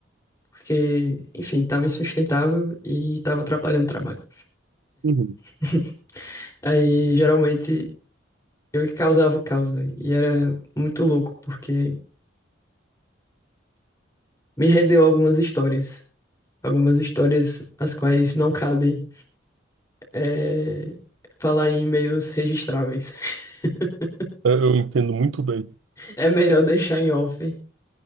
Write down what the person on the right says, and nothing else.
Uhum.
Eu eu entendo muito bem,